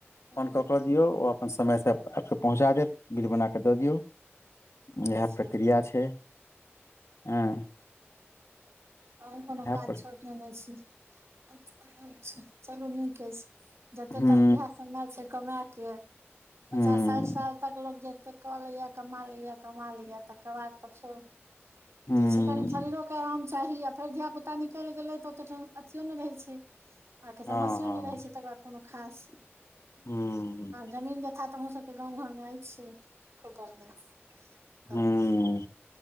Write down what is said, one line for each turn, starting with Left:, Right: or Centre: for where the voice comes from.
Right: हँ
Left: फोन कऽ कऽ दियौ ओ अपन समय से आइबके पहुँचा देत बिल बनाकऽ दऽ दियौ
Right: अच्छा
Left: इहे प्रक्रिया छ। एँ।
Right: तहुं कोनो काज
Left: पर
Right: छह। <unintelligible> छी चलू नीके अइछ। जते
Left: हूँ
Right: तक इहे समय छैय कमए के, पचास
Left: हूँ
Right: साइठ साल तक लोग जे कऽ लैए कमा लैए, कमा लैए तकर बाद त फेर
Left: हूँ
Right: जे छैय कनी शरीरोके आराम चाही आ फेर धीया पूता निकैल गेलै त ओते टें अथियो नै रहै छैय। आ कि
Left: हँ
Right: समस्यो
Left: हँ
Right: नै रहै छैय तकर बाद कोनो खास।
Left: हूँ
Right: जमीन जथा त अहुँ सब के गाँव घरमे अइछे खूब बढ़ियाँ त
Left: हूँ